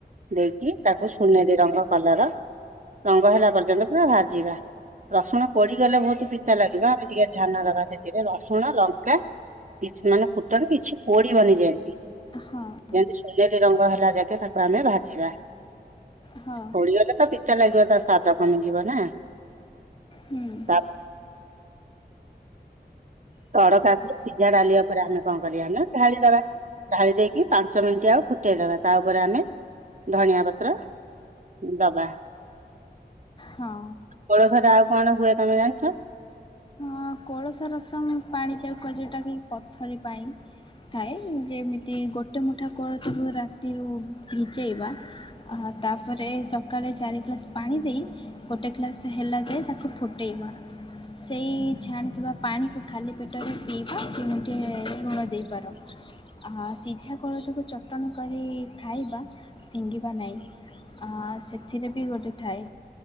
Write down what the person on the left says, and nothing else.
ହଁ
ହଁ
ହୁଁ
ହଁ
ହଁ କୋଳସ ରସମ ପାଣି ଯାଉକ ଯେଉଁଟା କିି ପଥରି ପାଇଁ ଥାଏ ଯେମିତି ଗୋଟେ ମୁଠା କୋଳଥକୁ ରାତିରୁ ଭିଜେଇବା। ହଁ ତାପରେ ସକାଳେ ଚାରି ଗ୍ଲାସ ପାଣି ଦେଇ ଗୋଟେ ଗ୍ଲାସ ହେଲା ଯାଏ ତାକୁ ଫୁ ଫୁଟେଇବ ସେଇ ଛାଣିଥିବା ପାଣିକୁ ଖାଲି ପେଟରେ ପିଇବା ଚିମୁଟେ ଲୁଣ ଦେଇପାର। ହାଁ ସିଝାକୋଳଥ କୁ ଚଟଣି କରି ଖାଇବା ଫିଙ୍ଗିବା ନାଇଁ। ଅଁ ସେଥିରେ ବି ଗୋଟେ ଥାଏ